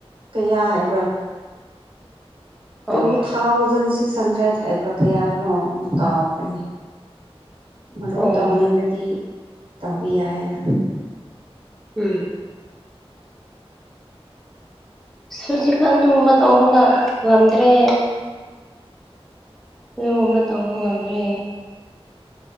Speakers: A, on the right (about 55°); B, in the centre.
A: ꯀꯌꯥ ꯍꯥꯏꯕ꯭ꯔꯥ ꯇꯨ
B: ꯑꯣ
A: ꯊꯥꯎꯖꯟ ꯁꯤꯛꯁ ꯍꯟꯗ꯭ꯔꯦꯗ ꯍꯥꯏꯕ꯭ꯔꯥ ꯀꯌꯥꯅꯣ ꯑꯃꯨꯛ ꯀꯥꯎꯈ꯭ꯔꯦꯅꯦ ꯃꯔꯨꯞ
B: ꯑꯣ
A: ꯇꯧꯅꯤꯡꯂꯗꯤ ꯇꯧꯕ ꯌꯥꯏꯌꯦꯅ
B: ꯎꯝ ꯍꯧꯖꯤꯛ ꯀꯥꯟꯗꯨꯒꯨꯝꯕ ꯇꯧꯕꯒ ꯉꯝꯗ꯭ꯔꯦ ꯑꯗꯨꯒꯨꯝꯕ ꯇꯧꯕ ꯉꯝꯗ꯭ꯔꯦ